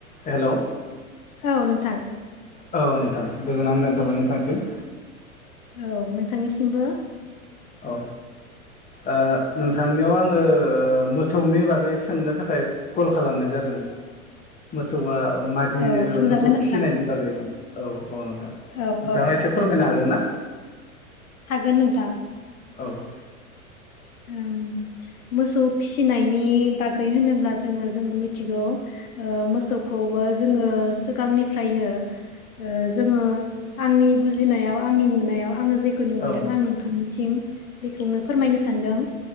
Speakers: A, on the left; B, on the left.
A: हेल'
B: औ नोंथां।
A: औ नोंथां गोजोना हलायनाय थाबाय नोंथांनिसिम।
B: औ नोंथांनिसिमबो
A: औ। ओ नोंथांनियाव आङो ओ मोसौनि बागै सोंनो थाखाय कल खालामनाय जादों। ओ मोसौआ मादि
B: औ
A: ओ
B: सोंजागोन
A: मोसौ
B: नोंथां
A: फिसिनायनि बागै औ औ नोंथाङा
B: औ औ
A: एसे फोरमायनो हागोन ना?
B: हागोन नोंथां।
A: औ <inaudible>
B: ओम मोसौ फिसिनायनि बागै होनोब्ला जोङो जों मिथिगौ ओ मोसौखौ खौबो जोङो सिगांनिफ्रायनो ओ जोङो आंनि बुजिनायाव आंनि नुनायाव आङो जेखौ नुबोदों
A: औ
B: आं नोंथांनिसिम बेखौनो फोरमायनो सानदों